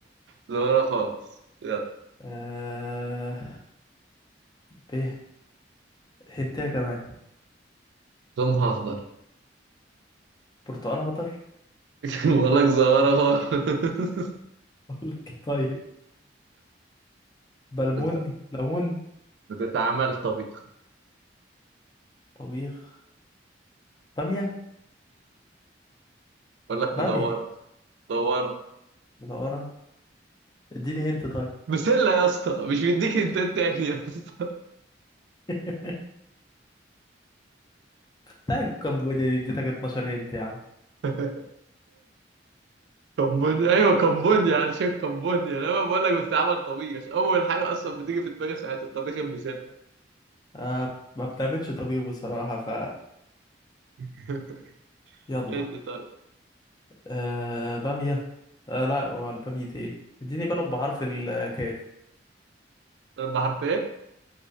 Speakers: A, on the right (about 65°); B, on the left (about 20°).
A: صغيرة خالص يلا
B: آه ب هنتايه كمان
A: لونها أخضر <laughs>
B: برتقال اخضر <laughs>
A: بقول لك صغيرة خالص
B: اقول لك طيب
A: <laughs>
B: بلمون
A: انت
B: ليمون
A: بتتعمل طبيخ
B: طبيخ باميه
A: بقول لك
B: باميه
A: مدورة مدورة
B: مدوره اديني هنت طيب
A: بسلة يا اسطى مش مديك انت تاني يا اسطى
B: <laughs> بتاع كمبوديا دي اديتك 12 هنت يا عم
A: <laughs> كمبونيا ايوه كمبونيا انا شايف كمبونيا انا بقول لك بتتعمل طبيخ اول حاجه اصلا بتيجي في دماغي ساعه الطبيخ بسلة
B: آه ما بنعملش طبيخ بصراحه ف
A: <laughs>
B: يلا
A: انت طيب
B: آه باميه آه لا والباميه دي ايه اديني بلد بحرف الكاف
A: مربى حرف ايه؟